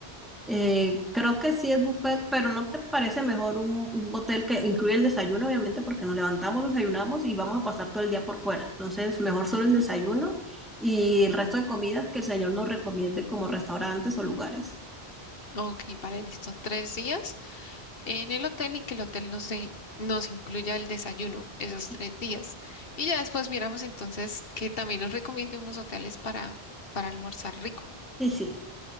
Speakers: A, in the centre; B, on the left.
A: eh, creo que sí es buffet, pero ¿no te parece mejor un, un hotel que incluya el desayuno, obviamente, porque nos levantamos, desayunamos y vamos a pasar todo el día por fuera? Entonces, mejor solo
B: Ujú.
A: el desayuno y el resto de comidas que el señor nos recomiende como restaurantes o lugares.
B: Ok, vale, listo, tres días en el hotel y que el hotel nos dé, nos incluya el desayuno esos
A: Sí,
B: tres días. Y ya después miramos entonces que también nos recomiende unos hoteles para, para almorzar rico.
A: sí, sí,